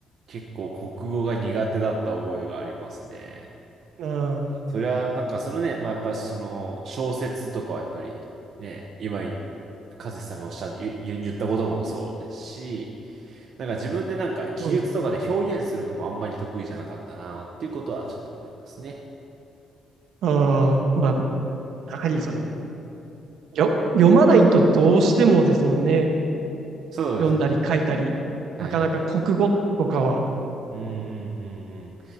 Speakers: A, on the right (about 60°); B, on the right (about 75°).
A: 結構国語が苦手だった覚えがありますね。
B: ああ、
A: それはなんかそのね、まあやっぱその小説とかはやっぱりね、今い、和志さんがおっしゃ、言、言言ったこともそうですし、なんか自分でなんか記述とかで表現するのもあんまり得意じゃなかったなっていうことはちょっと思いますね。
B: そうです。ああ、まあ、やはりその、よ、読まないとどうしてもですもんね。
A: そうですね。
B: 読んだり書いたり。
A: はい。
B: なかなか国語とかは。
A: うんうんうんうん。